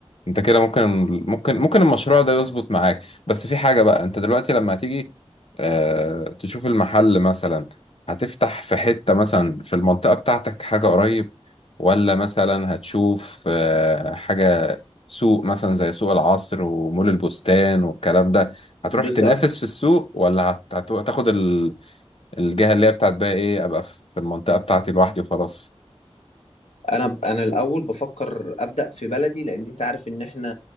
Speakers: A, on the left; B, on the left.
A: انت كده ممكن ممكن ممكن المشروع ده يظبط معاك بس في حاجة بقى انت دلوقتي لما هتيجي اه تشوف المحل مثلا هتفتح في حتة مثلا في المنطقة بتاعتك حاجة قريب ولا مثلا هتشوف اه حاجة سوق مثلا زي سوق العصر ومول البستان والكلام ده هتروح
B: بصراحة
A: تنافس في السوق ولا هت- هت- هتاخد ال- الجهة اللي هي بتاعت بقى ايه ابقى في في المنطقة بتاعتي لوحدي وخلاص
B: انا انا الاول بفكر ابدا في بلدي لان انت عارف ان احنا